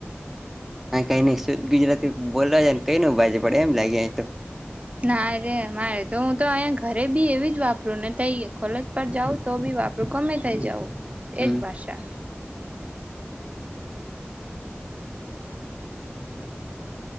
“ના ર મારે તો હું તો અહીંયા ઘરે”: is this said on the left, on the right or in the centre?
Right